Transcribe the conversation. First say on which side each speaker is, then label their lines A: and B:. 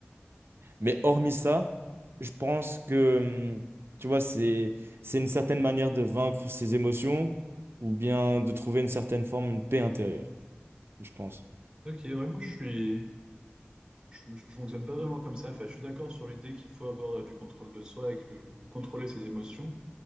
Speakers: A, on the right (about 65°); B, on the right (about 20°).
A: mais hormis ça, je pense que, hum, tu vois, c'est, c'est une certaine manière de vaincre ses émotions ou bien de trouver une certaine forme, une paix intérieure, je pense.
B: Ok, ouais, moi je suis. Je, je fonctionne pas vraiment comme ça. Enfin, je suis d'accord sur l'idée qu'il faut avoir euh, du contrôle de soi et que contrôler ses émotions.